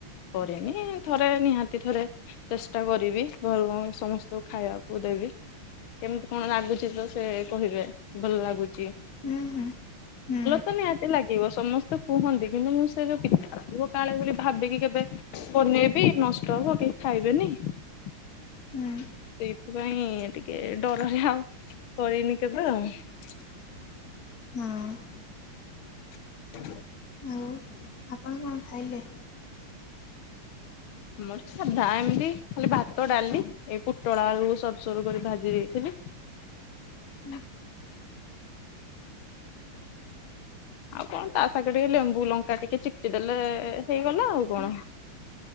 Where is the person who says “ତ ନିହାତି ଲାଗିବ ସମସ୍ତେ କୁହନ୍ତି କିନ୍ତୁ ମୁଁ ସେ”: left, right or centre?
Left